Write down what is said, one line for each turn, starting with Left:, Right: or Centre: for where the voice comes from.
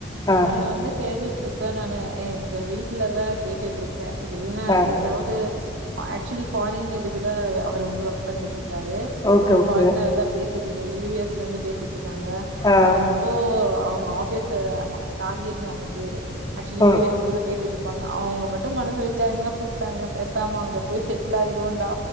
Left: ஆ
Right: உன்னொன்னு வந்து தேடிட்டு இருக்கே நானு எங்க வீ ட்லதா கேட்டுட்ரு க்கே வெள்நா
Left: ஆ
Right: ஏதாவது அ ஆக்சுவலி ஃபாரின் இதுக்குதா அ அவர் வந்து ஒர்க் பண்ணிக்கிட்டு இரு க்காரு
Left: ஓகே
Right: அவங்க
Left: ஓகே
Right: ஃபாரினர்தா பேசி ட்ருக்கு யூ எஸ் லேர்ந்து பேசி ட்ருக்காங்க
Left: ஆ
Right: அவர் மட்டு அவங்க ஆஃபீஸு அஹ தாஹீர்னு அவங்க பேரு ஆக்சுவலி
Left: ம்
Right: யு எஸ் ல இருந்து பேசிட்டு இருப்பாங்க அவங்க மட்டு மனசு வச்சாங்கன்னா கூப்ட்டாங்கன்னா பேசாம அங்க போய் செட்டில் ஆயிருவோண்டா